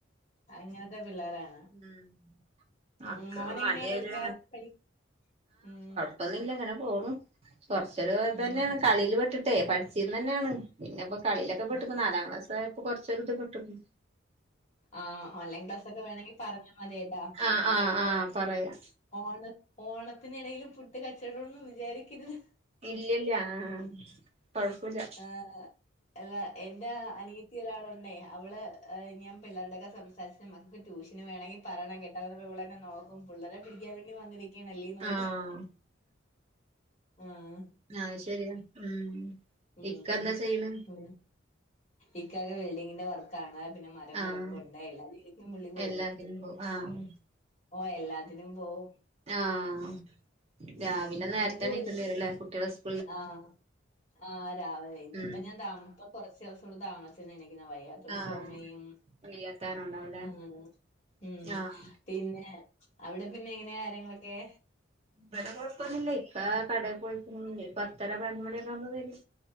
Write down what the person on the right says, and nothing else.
ഉം മക്കള്
മടിയായാല്
പ്പൊന്നുല്ല ഇങ്ങനെ പോണൂ കൊറച്ചൊരു ഇതന്നെണ്
കളീല് പെട്ടിട്ടേയ് പഠിച്ചീര്ന്നെന്നെണ് പിന്നെപ്പൊ കളീലൊക്കെ പെട്ട്പ്പൊ
നാലാം ക്ലാസ്സായപ്പോ കുറച്ചൊരുത് കിട്ട്ണ്
അഹ് ആഹ് ആഹ് പറയാം
ഇല്ലല്ല ആഹ് കാെഴപ്പുലാ
ആഹ്
ആഹ് ശരിയാ ഉം
ഇക്ക എന്താ ചെയ്യ്ണ്
ആഹ്
എല്ലാത്തിനും പോവും ആഹ്
ആഹ്
രാവിലെ നേരത്തെണീക്കേണ്ടി
വരുല്ലേ കുട്ടികളസ്
ഉം
ആഹ്
വയ്യാത്താരണം ഉണ്ടാവുംല്ലേ
ആഹ്
ഇവിടെ കുഴപ്പൊന്നില്ല ഇക്ക കടയിൽ പോയികുണ് ഇനി ഒരു പത്തര പതിനൊന്ന് മണിയക്കൊ ആകുമ്പ വരും